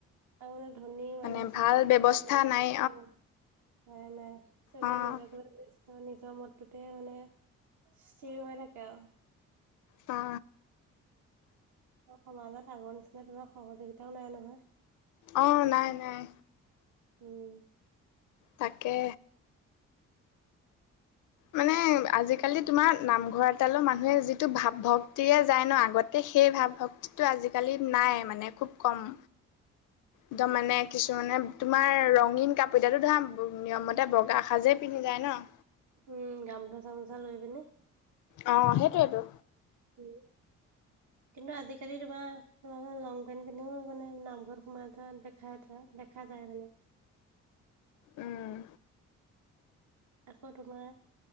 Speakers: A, on the right (about 70°); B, on the left (about 80°).
A: আৰু মানে ধনী
B: মানে
A: মানুহ চাকৰি
B: ভাল
A: কৰিছে
B: ব্যৱস্থা
A: বুলি যে
B: নাই
A: অ উপাই নাই চবে
B: অ',
A: নিজক লৈ ব্যস্ত। ত নিজৰ মতটোতে মানে স্থিৰ হৈ থাকে আও।
B: অ।
A: সমাজত আগৰ নিচিনা তোমাৰ সহযোগিতাও নাই নহয়।
B: অ নাই নাই।
A: উম।
B: তাকে। মানে আজিকালিত তোমাৰ নামঘৰ এটালো মানুহে যিটো ভাৱ ভক্তিৰে যায় ন, আগতে সেই ভাৱ ভক্তি টো আজিকালি নাই মানে খুব কম। একদম মানে কিছু মানে তোমাৰ ৰঙীন কাপ তেতিয়াটো ধৰা নিয়মমতে বগা সাজে পিন্ধি যায় ন?
A: উম গামোচা চামোচা লৈ পিনে।
B: অ সেইটোয়েটো,
A: উম, কিন্তু আজিকালি তোমাৰ তোমাৰ লং পেন্ট পিন্ধিও মানে নামঘৰত সোমাই যোৱা দেখাই থোৱা দেখা যায় মানে।
B: উম।
A: আকৌ তোমাৰ